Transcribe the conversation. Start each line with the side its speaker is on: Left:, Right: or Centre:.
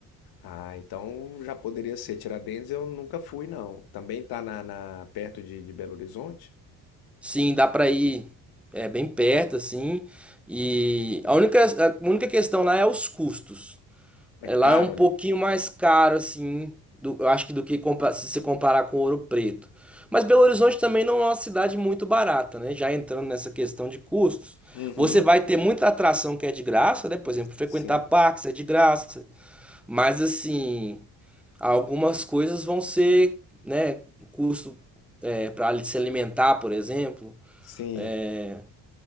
Left: Ah, então já poderia ser. Tiradentes eu nunca fui, não. Também tá na, na- perto de, de Belo Horizonte?
Centre: Sim, dá pra ir é bem perto assim, e a única a única questão lá é os custos.
Left: É
Centre: É,
Left: caro
Centre: Lá é um pouquinho
Left: ali.
Centre: mais caro, assim, do, eu acho que do que compa- se você comparar com Ouro Preto. Mas Belo Horizonte também não é uma cidade muito barata, né? Já entrando nessa questão de custos.
Left: Uhum,
Centre: Você vai ter muita atração que é de graça, né? Por exemplo, frequentar
Left: sim,
Centre: parques é de graça. Mas, assim, algumas coisas vão ser, né? Custo para se alimentar, por exemplo,
Left: sim.
Centre: é,